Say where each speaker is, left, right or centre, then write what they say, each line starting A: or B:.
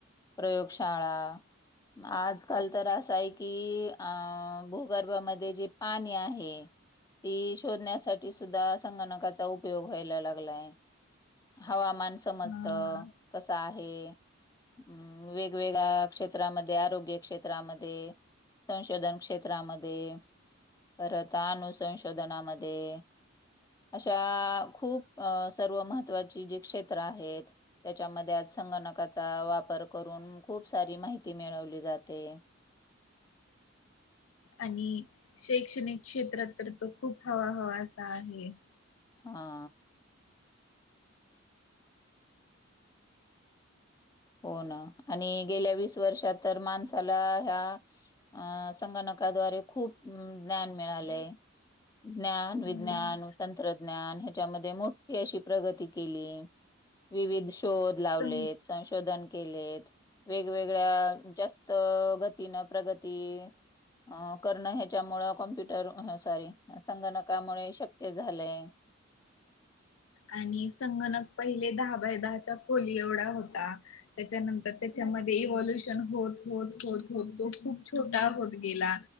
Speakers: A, on the left (about 20°); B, on the left (about 85°).
A: प्रयोगशाळा आजकाल तर असं आहे की अ भूगर्भामध्ये जे पाणी आहे ती शोधण्यासाठी सुद्धा संगणकाचा उपयोग व्हायला लागलाय. हवामान समजत
B: हा
A: कसं आहे. हम् वेगवेगळ्या क्षेत्रामध्ये आरोग्य क्षेत्रामध्ये संशोधन क्षेत्रामध्ये, परत आनुसंशोधनामध्ये, अशा खूप सर्व महत्त्वाची जी क्षेत्र आहेत त्याच्यामध्ये आज संगणकाचा वापर करून खूप सारी माहिती मिळवली जाते.
B: आणि शैक्षणिक क्षेत्रात तर तो खूप हवा हवा अस आहे. <inaudible>
A: हा हो ना आणि गेल्या वीस वर्षात तर माणसाला ह्या अ संगणकाद्वारे खूप ज्ञान मिळालंय. ज्ञान, विज्ञान
B: अ
A: तंत्रज्ञान ह्याच्यामध्ये मोठी अशी प्रगती केली विविध शोध लावले
B: सं
A: संश दिलेत वेगवेगळ्या जास्त गतीन प्रगती अ करणं ह्याच्यामुळ कॉम्प्युटर सॉरी संगणकामुळे शक क्य झालंय.
B: आणि संगणक पहिले दहा बाय दहाच्या खोली एवढा होता. त्याच्यानंतर तेच्यामध्ये इव्हाल्युशन होत होत होत होत तो खूप छोटा होत गेला.